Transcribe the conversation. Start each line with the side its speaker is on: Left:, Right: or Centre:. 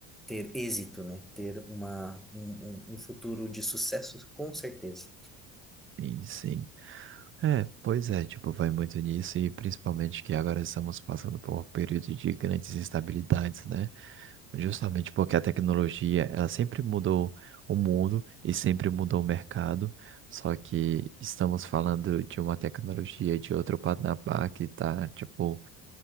Centre: ter êxito, né? Ter uma, um, um um futuro de sucesso, com certeza.
Right: Sim, sim. É, pois é, tipo, vai muito nisso e principalmente que agora estamos passando por um período de grandes instabilidades, né? Justamente porque a tecnologia, ela sempre mudou o mundo e sempre mudou o mercado, só que estamos falando de uma tecnologia de outro patamar que tá, tipo,